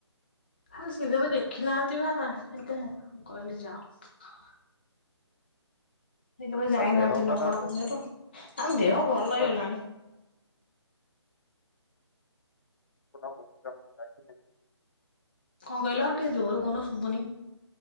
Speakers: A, on the left; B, on the left.
A: ଆଉ ସି ତବେ ଦେଖି ନାହାଥିବା ସେ କହିଲି ଯାଅ। ସେକେବେ ଯାଇନାହାନ୍ତି
B: ତା ଦେହ
A: ନୂଆପଡା
B: ଖରାପ
A: ମନ୍ଦିର ଦେହ ଭଲ
B: ତା
A: ହେଇଗଲାଣି।
B: ୋଟ ମଜିାଇ। <inaudible>
A: କଣ କହିଲ ଟିକେ ଜୋର କହୁନ ସୁୁଭୁନି।